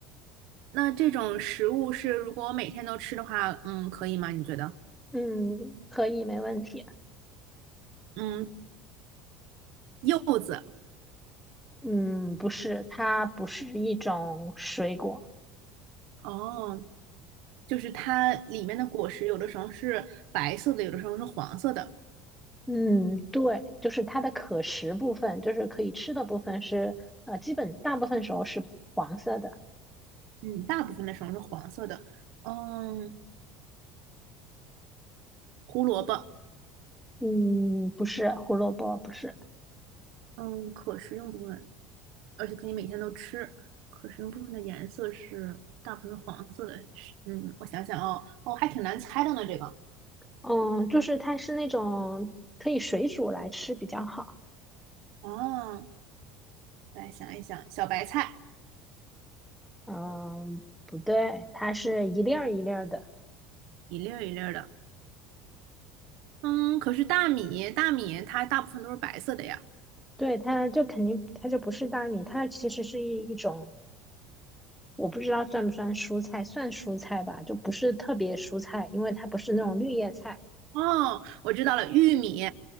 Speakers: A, on the right; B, in the centre.
A: 那这种食物是如果我每天都吃的话，嗯，可以吗？你觉得？
B: 嗯，可以，没问题。
A: 嗯，柚子。
B: 嗯，不是，它不是一种水果。
A: 哦，就是它里面的果实有的时候是白色的，有的时候是黄色的。
B: 嗯，对，就是它的可食部分，就是可以吃的部分是，呃，基本大部分时候是黄色的。
A: 嗯，大部分的时候是黄色的。嗯，胡萝卜。
B: 嗯，不是胡萝卜，不是。
A: 嗯，可食用部分。而且可以每天都吃。可食用部分的颜色是大部分是黄色的，是嗯，我想想哦，哦，还挺难猜的呢，这个
B: 嗯，就是它是那种可以水煮来吃比较好。
A: 哦，来想一想，小白菜
B: 嗯，不对，它是一粒儿一粒儿的。
A: 一粒儿一粒儿的，嗯，可是大米大米它大部分都是白色的呀。
B: 对，它就肯定它就不是大米，它其实是一一种我不知道算不算蔬菜，算蔬菜吧，就不是特别蔬菜，因为它不是那种绿叶菜。
A: 哦，我知道了，玉米，